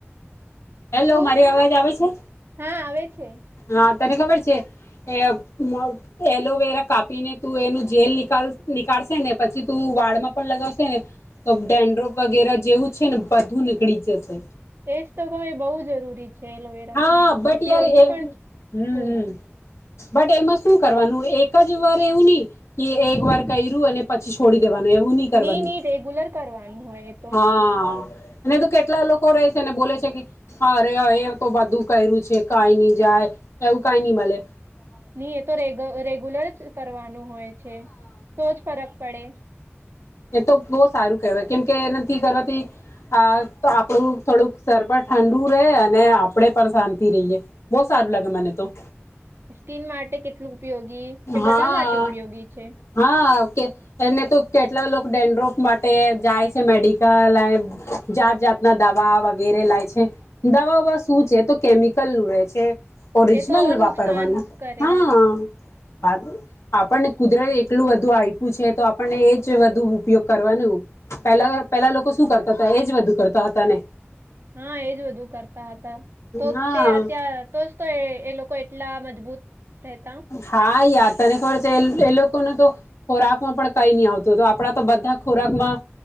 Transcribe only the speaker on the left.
હેલો મારી અવાજ આવે છે
હા તને ખબર છે એ મગ એલોવેરા કાપીને તું એનું જેલ નીકળશે ને પછી તું વાર્ડ માં પણ લગાવ ને તો ડેન્ડ્રો વગેરે જેવું છે ને બધું નીકળી જશે
હા
બટ
યાર એ હમ
હમ બટ એમાં શું કરવાનું એક જ વાર એવું નહીિ કે એક વાર કર્યું અને પછી છોડી દેવાનું એવું નહી કરવાનું
હા અને તો કે કેટલા લોકો રહે છે ને બોલે છે કે હારે હા એ તો બધું કર્યું છે કાઈ નઈ જાય એવું કાઈ નહીં મલે.
એ તો બહુ સારું કેહવાય કેમ કે એ નથી કરવાથી આ આપણું થોડુંક સર પણ ઠંડુ રે અને આપણેે પણ શાંતિ રહીએ બહુ સારું લાગે મને તો.
હા
હા કે એને તો કેટલા લોકો ડેન્ડ્રોફ માટે જાય છે મેડિકલ અને જાતજાતના દવા વગેરે લાય છે દવાઓ શું છે તો કેમિકલનું રહે છે. ઓરિજનલ
વાપરવાના
હા. આપણને કુદરત એટલું બધું આપ્યું છે તો આપણને એજ વધુ ઉપયોગ કરવાનું પેહલા પેહલા લોકો શું કરતા હતા એજ બધું કરતા હતા ને!
હા
હા યાર તને ખબર છે એ લોકોને તો ખોરાકમાં પણ કાઈ નહીં આવતું હતું આપણા તો બધા ખોરાકમાં